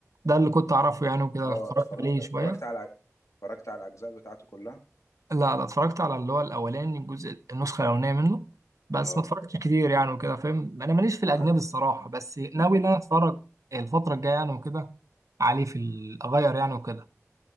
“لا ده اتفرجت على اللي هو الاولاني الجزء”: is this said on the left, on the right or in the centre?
Right